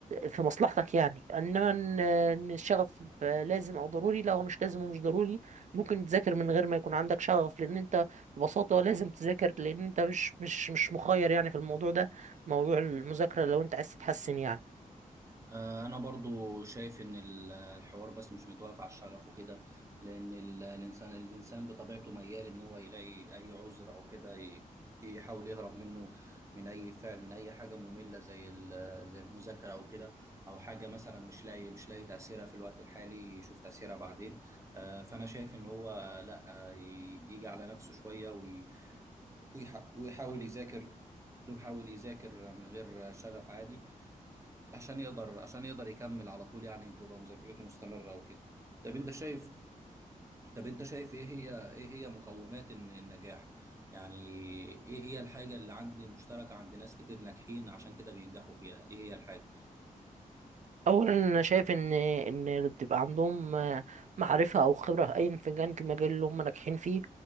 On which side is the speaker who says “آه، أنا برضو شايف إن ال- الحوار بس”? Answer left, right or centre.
Right